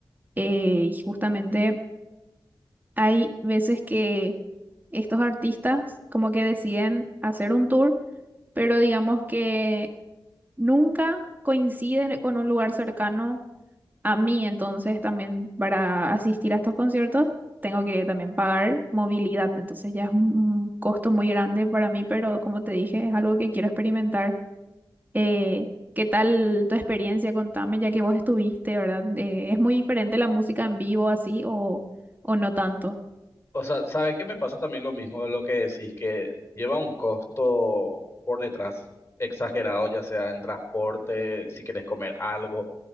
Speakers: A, on the right (about 20°); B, on the left (about 35°).
A: eh, y justamente... Hay veces que estos artistas como que deciden hacer un tour, pero digamos que nunca coinciden con un lugar cercano a mí, entonces también para asistir a estos conciertos tengo que también pagar movilidad, entonces ya es un un costo muy grande para mí, pero como te dije, es algo que quiero experimentar. Eh, ¿qué tal tu experiencia? Contame, ya que vos estuviste, ¿verdad? Eh, ¿es muy diferente la música en vivo así o, o no tanto?
B: O sea, sabe qué me pasa también lo mismo de lo que decís, que lleva un costo por detrás exagerado, ya sea en transporte, si querés comer algo